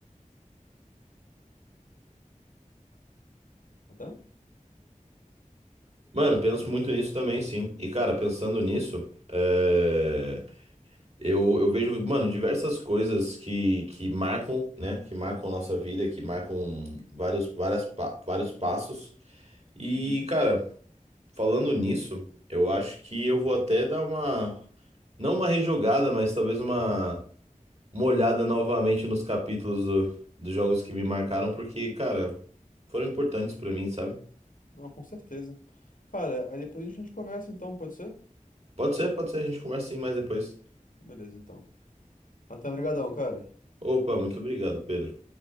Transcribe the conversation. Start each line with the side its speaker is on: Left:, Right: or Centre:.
Left: Até?
Right: Mano, penso muito nisso também, sim. E, cara, pensando nisso, eh, Eu, eu vejo, mano, diversas coisas que, que marcam, né? Que marcam nossa vida, que marcam vários, várias, pa- vários passos. E,
Left: Uhum.
Right: cara, falando nisso, eu acho que eu vou até dar uma, não uma rejogada, mas talvez uma, uma olhada novamente nos capítulos do- dos jogos que me marcaram, porque, cara, foram importantes pra mim, sabe?
Left: Não, com certeza. Cara, aí depois a gente conversa então, pode ser?
Right: Pode ser, pode ser, a gente conversa sim mais depois.
Left: Beleza, então. Até, obrigadão, cara.
Right: Opa, muito obrigado, Pedro.